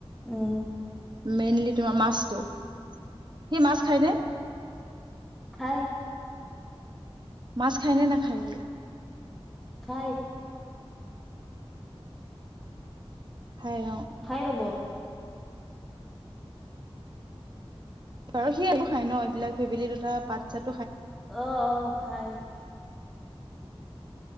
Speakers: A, in the centre; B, on the right (about 50°).
A: উম।
B: মেইনলি তোমাৰ মাছ টো, সি মাছ খায় নে?
A: খায়া।
B: মাছ খাইনে নাখায় সি?
A: খায়।
B: হয়।
A: খাই ৰ'বো।
B: বাৰু সি খাই ন এইবিলাক ভেবেলীলতা পাত চাত?
A: অ', অ', খায়।